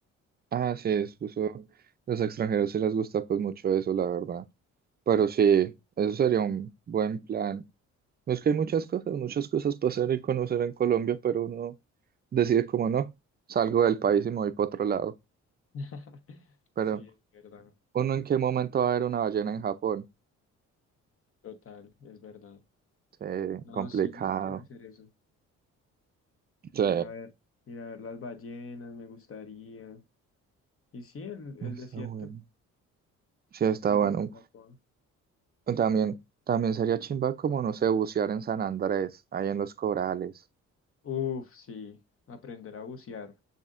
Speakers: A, on the right; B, on the left.
A: Ah, sí, es, eso- los extranjeros sí les gusta pues mucho eso, la verdad. Pero sí, eso sería un buen plan. No es que hay muchas cosas, muchas cosas para hacer y conocer en Colombia, pero uno decide como no, salgo del país y me voy para otro lado.
B: <laughs>
A: Pero
B: Sí, es verdad,
A: uno en qué momento va a ver una ballena en Japón.
B: total, es verdad.
A: Sí,
B: No,
A: complicado.
B: sí, yo sí quiero hacer eso.
A: Sí,
B: Ir a ver, ir a ver las ballenas, me gustaría. Y sí, el, el
A: está
B: desierto
A: bueno. Sí, está
B: de
A: bueno.
B: la Tatacoa.
A: También, también sería chimba como, no sé, bucear en San Andrés, ahí en los corales.
B: Uf, sí, aprender a bucear.